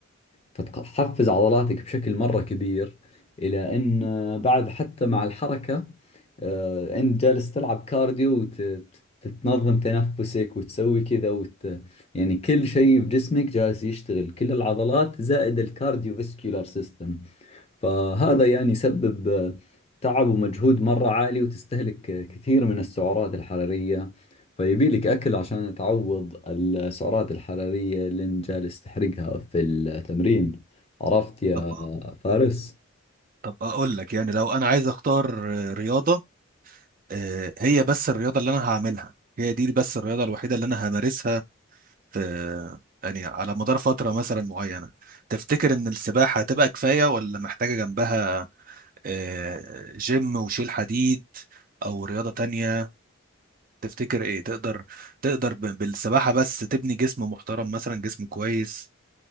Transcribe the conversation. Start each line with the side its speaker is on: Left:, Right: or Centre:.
Left: فتحفز عضلاتك بشكل مرة كبير إلى أن بعد حتى مع الحركة آه، أنت جالس تلعب كارديو وتتنظم تنفسك وتسوي كذا وت... يعني كل شيء في جسمك جالس يشتغل كل العضلات زائد الكارديو فيسكولار سيستم فهذا يعني يسبب آه، تعب ومجهود مرة عالي وتستهلك آه، كثير من السعرات الحرارية فيبي لك أكل عشان تعوض السعرات الحرارية اللي انت جالس تحرقها في التمرين عرفت يا
Right: طب
Left: فارس؟
Right: طب اقول لك يعني لو انا عايز اختار آه، رياضه آه، هي بس الرياضه اللي انا هعملها هي دي بس الرياضه الوحيده اللي انا همارسها في يعني على مدار فتره مثلا معينه تفتكر ان السباحه هتبقى كفايه ولا محتاجه جنبها آه، جيم وشيل حديد او رياضة تانية تفتكر ايه تقدر تقدر ب- بالسباحة بس تبني جسم محترم مثلا جسم كويس